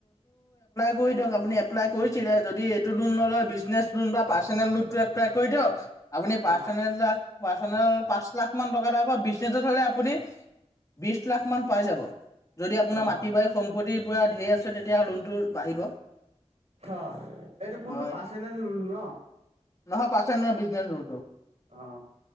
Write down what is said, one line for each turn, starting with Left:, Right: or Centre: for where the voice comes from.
Left: কৈ দিওক আপুনি এপলাই কৰিছিলে যদি এইটো লোণ নলয় বিজনেছ লোণ বা পাৰ্চেনেল লুটটো এপলাই কৰি দিয়ক। আপুনি পাৰ্চনেলদাক
Right: অ',
Left: পাৰ্চনেল পাঁচ লাখ মান টকা এটা পাব। বিজনেচত হলে আপুনি বিশ লাখ মান পাই যাব যদি আপোনাৰ
Right: অ',
Left: মাটি, বাৰী সম্পত্তি পুৰা ধেৰ আছে তেতিয়া লোণটো বাঢ়িব।
Right: অ এইটো কোনটো
Left: হয়
Right: পাছেনেল লোণ ন?
Left: নহয় পাচত নহয় বিজনেছ লোণটো।
Right: অ।